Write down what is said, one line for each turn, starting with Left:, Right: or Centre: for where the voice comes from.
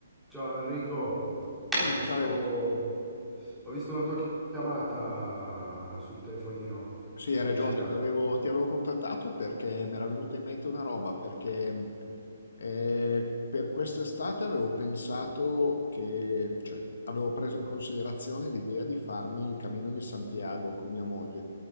Centre: Ciao Enrico,
Left: Ehi,
Centre: ho visto,
Left: ciao Eric.
Centre: ho visto una tua chiamata sul telefonino,
Left: Sì, hai
Centre: mi
Left: ragione,
Centre: avevi cercato?
Left: ti avevo, ti avevo contattato perché mi era venuta in mente una roba, perché mh, eh, per quest'estate avevo pensato che, cioè, avevo preso in considerazione l'idea di farmi il Cammino di Santiago con mia moglie